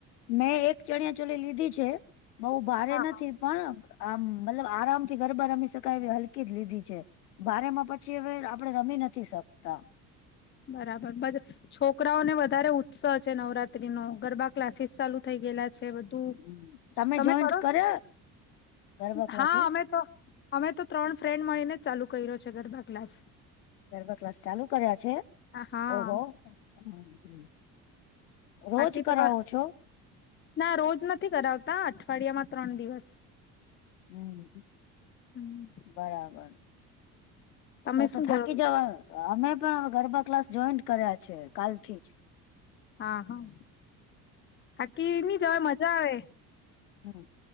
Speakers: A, on the left; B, on the left.
A: મે એક ચણિયા ચોલી લીધી છે બઉ ભારે
B: હા
A: નથી
B: હા
A: પણ આમ મતલબ આરામથી ગરબા રમી શકાય એવી હલકી જ લીધી છે. ભારેમાં પછી હવે આપડે રમી નથી શકતા.
B: બરાબર, બધ છોકરાઓને વધારે ઉત્સાહ છે નવરાત્રીનો, ગરબા ક્લાસીસ ચાલુ થઈ ગેલા છે બધ તું
A: હમ.
B: તમે
A: જોઈન્ટ
B: કરો?
A: કર્યા ગરબા ક્લાસીસ
B: હા, અમે તો અમે તો ત્રણ ફ્રેન્ડ મળીને જ ચાલુ કર્યો છે ગરબા ક્લાસ.
A: ગરબ ક્લાસ ચાલુ કર્યા છે
B: હા
A: ઓહો હો. હમ હમ. રોજ
B: બાકી
A: કરાવો
B: તમા
A: છો?
B: ના, રોજ નથી કરાવતા અઠવાડિયામાં ત્રણ દિવસ.
A: હમ્મ,
B: હમ
A: બરાબર.
B: તમે
A: તો
B: શું
A: તો થાકી
B: કરો
A: જવા, અમે પણ ગરબા ક્લાસ જોઈન કર્યા છે કાલથી જ.
B: હા, હા થાકીની જવાય મજા આવે.
A: હમ્મ.